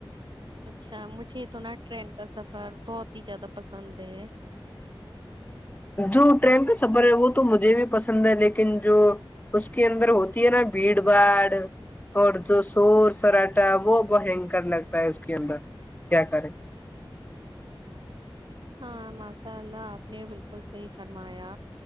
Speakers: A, on the right (about 60°); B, on the left (about 20°).
A: اچھا مجھے تو نا ٹرین کا سفر بہت ہی زیادہ پسند ہے
B: جو ٹرین کا سفر ہے وہ تو مجھے بھی پسند ہے لیکن جو اس کے اندر ہوتی ہے نا بھیڑ بھاڑ اور جو شور سراٹا وہ بنکر لگتا ہے اس کے اندر کیا کریں
A: ہاں ماشاء اللہ آپ نے بالکل صحیح فرمایا